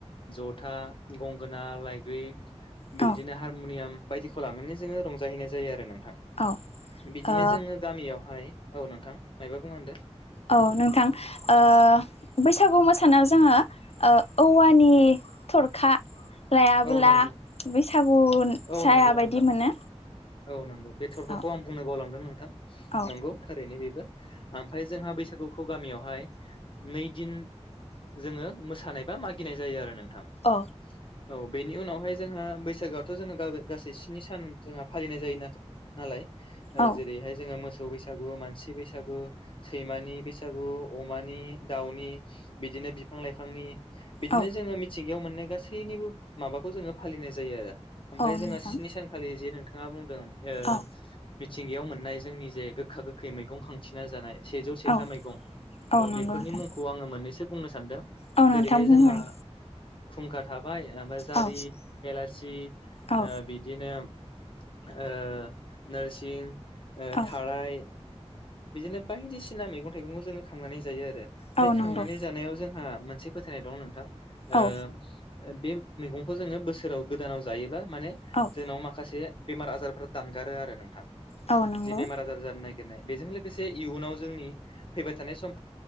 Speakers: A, on the left; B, on the left.
A: जथा गंगोना लाइग्रि
B: औ
A: बिदिनो हारम'नियाम बायदिखौ लानानै जोङो रंजाहैनाय जायो आरो नों
B: औ।
A: बिदिनो
B: ओ
A: जोङो गामियावहाय औ नोंथां मायबा बुंदों?
B: औ नोंथां ओ बैसागु मोसानायाव जोङो ओ औवानि थरखा लायाबोला
A: औ नंगौ
B: बैसागु
A: औ
B: जाया
A: नंगौ
B: बायदि
A: नोंथां
B: मोनो
A: औ नंगौ बे थरखाखौ
B: औ
A: आं बुंनो बावलांदों नोंथां
B: औ
A: नंगौ थारैनो बेबो ओमफ्राय जोंहा बैसागुखौ गामियावहाय नैदिन जोङो मोसानाय बा मागिनाय जायो आरो नों थां
B: औ
A: औ बेनि उनावहाय जोंहा बैसागआव थ'जोङो गाबै गासै स्नि सान जोंहा फालिनाय जायोनालाय ओ
B: औ
A: जेरैहाय जोङो मो मोसौ बैसागु मानसि बैसागु सैमानि बैसागु अमानि दाउनि बिदिनो बिदिनो बिफां लाइफांनि बिदिनो
B: औ
A: जोङो मिथिंगायाव मोननाय गासैनिबो माबाखौ जोङो फालिनाय जायो आरो । ओमफ्राय
B: औ
A: जोंहा
B: नोंथां
A: स्नि सानखालि जे नोंथाङा बुंदों ओ
B: औ
A: मिथिंगायाव मोननाय जोंनि जे गोखा गोखै मैगं खांथिना जानाय सेजौ सेथा
B: औ
A: मैगं
B: औ
A: अ
B: नंगौ
A: बेफोरनि
B: नोंथां
A: मुंखौ आङो मोननैसो बुंनो सानदों
B: औ नोंथां
A: जेरैहाय
B: बुंलाय
A: जोंहा खुंखा थाबाय ओमफ्राय जारि
B: औ
A: एलासि
B: औ
A: ओ बिदिनो ओ ओ नोरसिं ओ
B: औ
A: थाराय बिदिनो बायदिसिना मैगं थाइगंखौ जोङो खांनानै जायो आरो
B: औ
A: बे खांनानै
B: नंगौ
A: जानायाव जोंहा मोनसे फोथायनाय दं नोंथां ओ
B: औ
A: बे मैगंखौ जोङो बोसोराव गोदानाव जायोबा माने
B: औ
A: जोंनाव माखासे बेमार आजारफोर दानगारो आरो नोंथां
B: औ नंगौ
A: जे बेमार आजार जानाय नागिरनाय बेजों लोगोसे इयुनाव जोंनि फैबाय थानाय सम